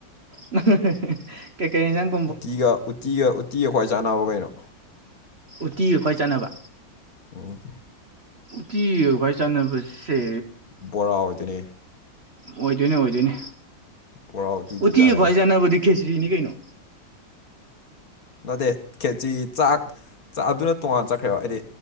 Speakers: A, on the right; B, on the left.
A: <unintelligible> ꯀꯩ ꯀꯩ ꯏꯟꯖꯥꯡ
B: ꯎꯇꯤꯒ ꯎꯇꯤꯒ ꯎꯇꯤꯒ ꯈ꯭ꯋꯥꯏ ꯆꯥꯟꯅꯕ ꯀꯩꯅꯣ
A: ꯎꯇꯤꯒ ꯈ꯭ꯋꯥꯏ ꯆꯥꯟꯅꯕ
B: ꯎꯝ
A: ꯎꯇꯤ ꯒꯥ ꯈꯋꯥꯏ ꯆꯥꯟꯅꯕ ꯁꯦ
B: ꯕꯣꯔꯥ ꯑꯣꯏꯗꯣꯏꯅꯦ
A: ꯑꯣꯏꯗꯣꯏꯅꯦ ꯑꯣꯏꯗꯣꯏꯅꯦ
B: ꯕꯣꯔꯥ ꯎꯇꯤ ꯊꯤ
A: ꯎꯇꯤꯒ
B: ꯆꯥꯅꯩ
A: ꯈ꯭ꯋꯥꯏ ꯆꯥꯟꯅꯕꯗꯤ ꯈꯦꯆꯔꯤꯅꯤ ꯀꯩꯅꯣ
B: ꯅꯠꯇꯦ ꯈꯦꯆꯔꯤ ꯆꯥꯛ ꯆꯥꯛ ꯑꯗꯨꯅ ꯇꯣꯉꯥꯟ ꯆꯠꯈ꯭ꯔꯦꯕ ꯍꯥꯏꯗꯤ